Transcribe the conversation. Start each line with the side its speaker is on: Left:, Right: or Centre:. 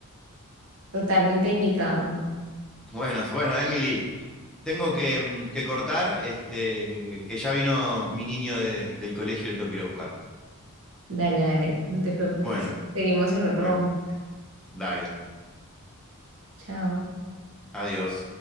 Right: totalmente invitado.
Centre: Bueno, bueno, Emily, tengo que, mm, que cortar, este, que ya vino mi niño de- del colegio y le tengo que ir a buscar.
Right: Dale, dale, no te preocupes.
Centre: Bueno,
Right: Seguimos en otro
Centre: bueno,
Right: momento.
Centre: dale.
Right: Chao.
Centre: Adiós.